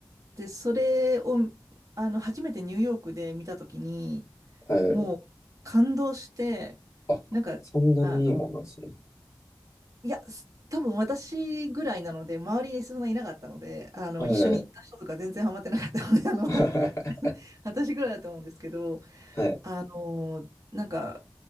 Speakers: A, on the right; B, on the left.
A: で、それを、あの、初めてニューヨークで見たときに、
B: はい。
A: もう感動して、
B: あ、
A: なんか、
B: そんなにいいもんなんですね。
A: あの、いや、す多分私ぐらいなので、周りにそんないなかったので、あの、
B: はい。
A: 一緒に行った人とか全然ハマってなかったので、あの、
B: <laughs>
A: <laughs> 私ぐらいだと思うんですけど、
B: はい。
A: あの、なんか、